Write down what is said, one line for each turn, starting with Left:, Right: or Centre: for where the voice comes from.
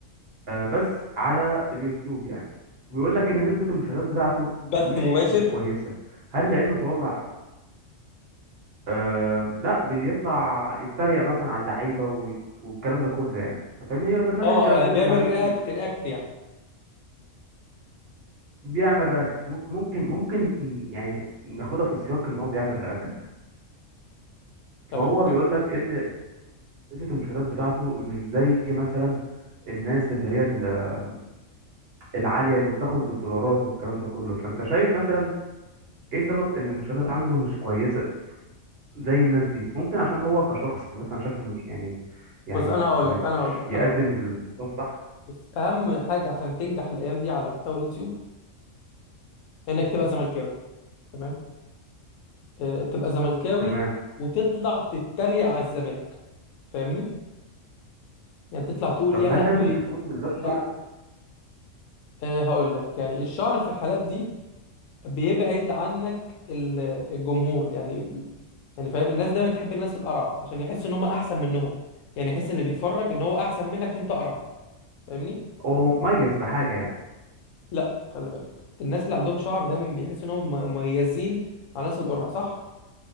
Right: آه، بس على اليوتيوب يعني وبيقول لك ان نسبة المشاهدات بتاعته
Left: بث
Right: مش
Left: مباشر
Right: مش كويسة هل لانه طالع آه، لا بيطلع يتريق مثلا على اللعيبة و- والكلام ده كله يعني انت فاهمني هي برنامج
Left: اه
Right: كوميدي
Left: يعني بيعمل
Right: على اليوتيوب
Left: رياكت رياكت يعني
Right: بيعمل رياكت ممكن ممكن ممكن يعني ناخدها في السياق ان هو بيعمل رياكت
Left: تمام
Right: فهو بيقول
Left: تمام
Right: لك ان نسبة المشاهدات بتاعته مش زي مثلا الناس اللي هي ال- العالية اللي بتاخد بالدولارات والكلام ده كله فأنت شايف مثلا إيه سبب إن المشاهدات عنده مش كويسة زي الناس دي ممكن عشان هو كشخص مثلا شكله مش يعني يعني
Left: بص انا هقول
Right: مش
Left: لك انا هقول لك
Right: بيقدم
Left: انا هقول لك
Right: المحتوى الصح
Left: بس اهم حاجه عشان تنجح الايام دي على محتوى اليوتيوب انك تبقى زملكاوي تمام آه، تبقى زملكاوي
Right: تمام
Left: وتطلع تتريق على الزمالك فاهمني يعني تطلع تقول
Right: طب
Left: يا
Right: هل
Left: لهوي
Right: لازم تكون من غير شعر
Left: ده أه هقول لك يعني الشعر في الحالات دي بيبعد عنك ال- الجمهور يعني يعني فاهم الناس دايما تحب الناس القرع عشان يحس ان هم احسن منهم يعني يحس ان اللي بيتفرج ان هو احسن منك عشان انت قرع فاهمني
Right: أو مميز بحاجة يعني
Left: لا خلي بالك الناس اللي عندهم شعر دايما بيحسوا ان هم مميزين عن الناس القرع صح